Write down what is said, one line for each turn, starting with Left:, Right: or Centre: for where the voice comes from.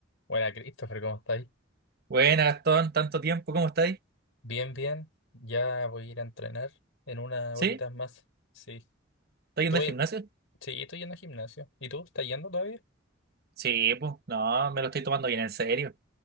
Left: Buena, Christopher, ¿cómo estáis?
Right: Buena, Gastón, tanto tiempo, ¿cómo estáis?
Left: Bien, bien. Ya voy a ir a entrenar en unas
Right: ¿Sí?
Left: horitas más. Sí.
Right: ¿estás
Left: Estoy,
Right: yendo al gimnasio?
Left: sí, estoy yendo al gimnasio. ¿Y tú? ¿Estás yendo todavía?
Right: Sí, pues, no, me lo estoy tomando bien en serio.